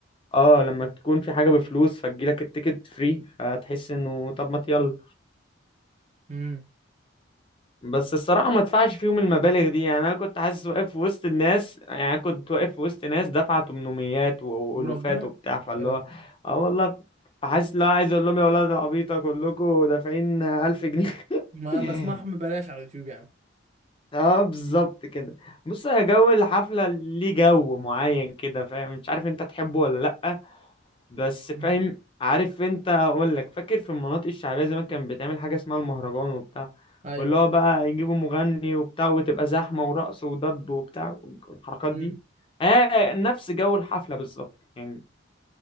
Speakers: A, on the left; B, on the right.
A: اه لما تكون في حاجة بفلوس فتجيلك التيكت فري فتحس انه طب ما يلا
B: امم
A: بس الصراحة ما ادفعش فيهم المبالغ دي يعني انا كنت حاسس واقف في وسط الناس يعني أنا كنت واقف في وسط ناس دفعة تمنميات و- والوفات
B: وربنا
A: وبتاع فاللي
B: يا لهوي
A: هو اه والله فحاسس لو عايز اقول لهم يا ولاد العبيطة كلكم دافعين ألف جنيه
B: ما
A: <laughs>
B: بسمعهم ببلاش على اليوتيوب يا عم
A: اه بالظبط كده بص يا جو الحفلة ليه جو معين كده فاهم مش عارف انت تحبه ولا لأ بس
B: مم.
A: فاهم عارف انت اقول لك فاكر في المناطق الشعبيه زمان كان بتعمل حاجه اسمها المهرجان وبتاع
B: ايوه
A: واللي هو بقى يجيبوا مغني وبتاع وتبقى زحمه ورقص ودب وبتاع والحركات
B: امم
A: دي اه نفس جو الحفله بالظبط يعني